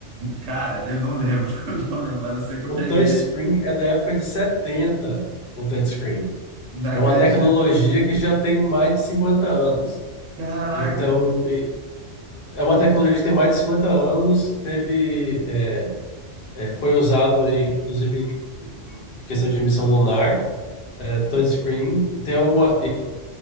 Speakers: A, on the right; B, on the left.
A: Cara, eu não lembro, <laughs> eu não lembro, mas eu sei que eu
B: O
A: peguei.
B: touchscreen é da época de 70. o touchscreen.
A: Não
B: É
A: acredito,
B: uma tecnologia
A: cara.
B: que já tem mais de 50 anos.
A: Caraca.
B: Então, e- é uma tecnologia que tem mais de 50 anos, teve, é, é, foi usado, em- inclusive, em, em em questão de missão lunar, é, touchscreen, e tem alguma.